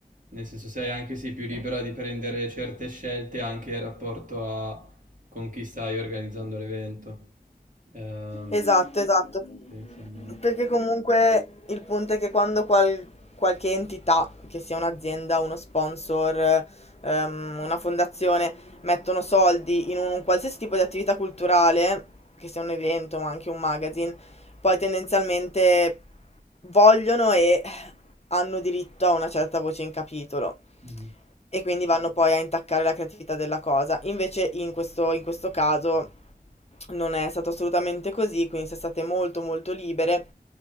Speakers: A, on the right (about 55°); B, on the left (about 40°).
A: nel senso sei anche sì, più libera di prendere certe scelte anche in rapporto a con chi stai organizzando l'evento, ehm,
B: Esatto, esatto.
A: tendenzialmente.
B: Perché comunque il punto è che quando qual- qualche entità, che sia un'azienda, uno sponsor, ehm, una fondazione, mettono soldi in un qualsiasi tipo di attività culturale, che sia un evento ma anche un magazine, poi tendenzialmente vogliono e hanno diritto a una certa voce in capitolo
A: Mm.
B: e quindi vanno poi a intaccare la creatività della cosa. Invece in questo, in questo caso non è stato assolutamente così, quindi sono state molto molto libere.